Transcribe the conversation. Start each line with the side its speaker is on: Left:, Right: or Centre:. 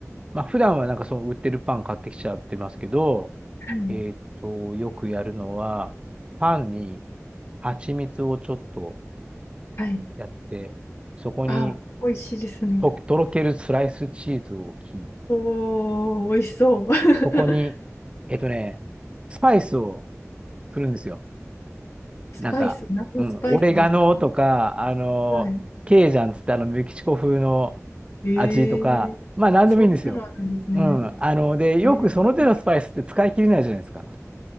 Right: まあ、普段はなんかその売ってるパン買ってきちゃってますけど、
Left: はい、
Right: えっと、よくやるのは、パンに蜂蜜をちょっと
Left: はい。
Right: やって、そこに、
Left: あ、美味しいですね。
Right: と、とろけるスライスチーズを置き、
Left: おー、美味しそう。<laughs>
Right: そこに、えっとね、スパイスをするんですよ。
Left: スパイス、
Right: なんか、
Left: 何のスパイスですか
Right: うん、オレガノとか、あの、
Left: はい。
Right: ケイジャンつってあの、メキシコ風の
Left: えー、
Right: 味とか、まあ、なんでもいいんですよ。
Left: そんなのあるんですね。
Right: うん。あの、で、よくその手のスパイスって使い切れないじゃないですか。
Left: えー、